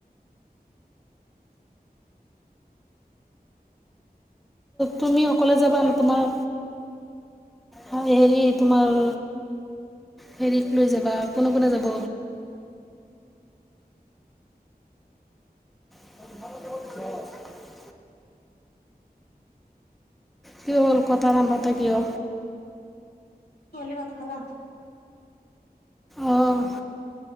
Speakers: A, in the centre; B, on the left (about 85°).
A: তুমি অকলে যাবা নে তোমাৰ হে হেৰি তোমাৰ হেৰিক লৈ যাবা কোনে কোনে যাব? <unintelligible>
B: উম
A: কি হ'ল কথা নাপাতা কিয়?
B: ছোৱালী ভাত খালা?
A: অ'।